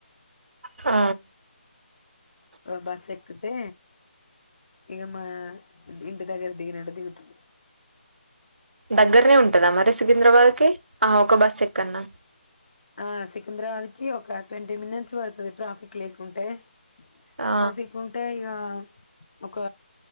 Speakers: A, on the right; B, on the left.
A: ఆ
B: బస్ ఎక్కితే ఇక మా ఇంటి దగ్గర దిగినడు దిగుతాం
A: దగ్గర్నే ఉంటదా మరి సికింద్రాబాద్ కి ఆ ఒక బస్ ఎక్కన్నా
B: ఆ సికింద్రాబాద్ కి ఒక ట్వంటీ మినిట్స్ పడుతది ట్రాఫిక్ లేకుంటే
A: ఆ
B: ట్రాఫిక్ ఉంటే ఇగ ఒక